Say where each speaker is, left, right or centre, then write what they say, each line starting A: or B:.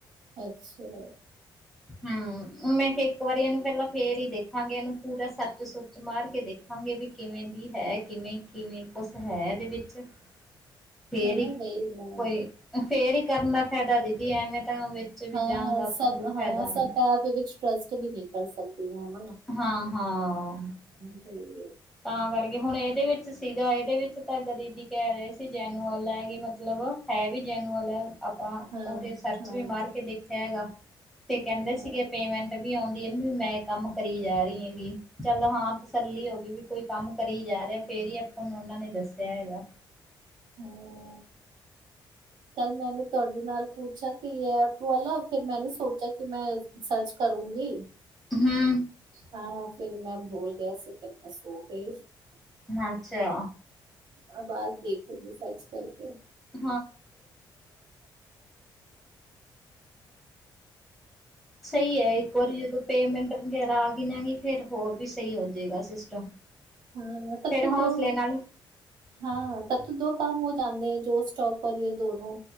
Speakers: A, on the right; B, in the centre.
A: ਅੱਛਾ
B: ਹੂੰ, ਮੈਂ ਇੱਕ ਵਾਰੀ ਇਹਨੂੰ ਪਹਿਲਾਂ ਫੇਰ ਹੀ ਦੇਖਾਂਗੇ ਇਹਨੂੰ ਪੂਰਾ ਸਰਚ ਸੁਚ ਮਾਰ ਕੇ ਦੇਖਾਂਗੇ ਵੀ ਕਿਵੇਂ ਦੀ ਹੈ ਕਿਵੇਂ ਕਿਵੇਂ ਕੁਛ ਹੈ ਇਹਦੇ ਵਿੱਚ ਫੇਰ
A: ਹਾਂ
B: ਹੀ
A: ਵੈਰੀ ਨਾ
B: ਕੋਈ ਫੇਰ ਹੀ ਕਰਨ ਦਾ ਫਾਇਦਾ ਦੀਦੀ ਐਵੇਂ ਤਾਂ ਵਿੱਚ ਵੀ
A: ਹਾਂ
B: ਜਾਣ ਦਾ ਆਪਾਂ
A: ਸਭ
B: ਨੂੰ ਕੋਈ ਫਾਇਦਾ
A: ਹਾਂ
B: ਨਹੀਂ!
A: ਸਭ ਐਪ ਵਿੱਚ ਟਰਸਟ ਵੀ ਨਹੀਂ ਕਰ ਸਕਦੇ। ਹਾਂ ਨਾ
B: ਹਾਂ। ਹਾਂ।
A: <unintelligible>
B: ਤਾਂ ਕਰਕੇ ਹੁਣ ਇਹਦੇ ਵਿੱਚ ਸੀਗਾ ਇਹਦੇ ਵਿੱਚ ਤਾਂ ਕਦੀ ਦੀਦੀ ਕਹਿ ਰਹੇ ਸੀ ਜੈਨੂਅਲ ਹੈ ਕਿ ਮਤਲਬ ਹੈ ਵੀ ਜੈਨੂਅਲ ਹੈ ਆਪਾਂ
A: ਹਾਂ
B: ਉਹਦੇ ਸਰਚ
A: ਹਾਂ
B: ਵੀ ਮਾਰ ਕੇ ਦੇਖਿਆ ਹੈਗਾ। ਤੇ ਕਹਿੰਦੇ
A: ਹਾਂ
B: ਸੀਗੇ ਪੇਮੈਂਟ ਵੀ ਆਉਂ ਵੀ ਮੈਂ ਕੰਮ ਕਰੀ ਜਾ ਰਹੀ ਹੈਂਗੀ ਚਲੋ ਹਾਂ ਤਸੱਲੀ ਹੋ ਗਈ ਵੀ ਕੋਈ ਕੰਮ ਕਰੀ ਜਾ ਰਿਹਾ ਫੇਰ ਹੀ ਆਪਾਂ ਨੂੰ ਉਹਨਾਂ ਨੇ ਦੱਸਿਆ ਹੈਗਾ
A: ਹੂੰ ਕੱਲ ਮੈਨ ਤੁਹਾਡੇ ਨਾਲ ਪੁੱਛਿਆ ਕਿ ਇਹ ਐਪ ਵਾਲਾ ਫਿਰ ਮੈਨ ਸੋਚਿਆ ਕਿ ਮੈਂ ਸਰਚ ਕਰੂੰਗੀ
B: ਹੂੰ,
A: ਹਾਂ, ਫਿਰ ਮੈਂ ਭੂਲ ਗਿਆ ਸੀ ਫਿਰ ਮੈਂ ਸੋ ਗਈ
B: ਅੱਛਾ,
A: ਆ ਬਾਜ਼ ਦੇਖੂੰਗੀ ਸਰਚ ਕਰਕੇ
B: <inaudible> ਸਹੀ ਹੈ ਇੱਕ ਵਾਰੀ ਜਦੋਂ ਪੇਮੈਂਟ ਵਗੈਰਾ ਆ ਗਈ ਨਾ ਗਈ ਫਿਰ ਹੋਰ ਵੀ ਸਹੀ ਹੋ ਜਾਏਗਾ ਸਿਸਟਮ
A: ਹਾਂ ਤਬ
B: ਫੇਰ
A: ਤ
B: ਹੌਸਲੇ
A: ਦੋ
B: ਨਾਲ
A: ਹਾਂ ਤਬ ਦੋ ਕੰਮ ਹੋ ਜਾਂਦੇ ਹੈ ਜੋ ਸਟੋਕ ਕਰੀਏ ਦੋਨੋ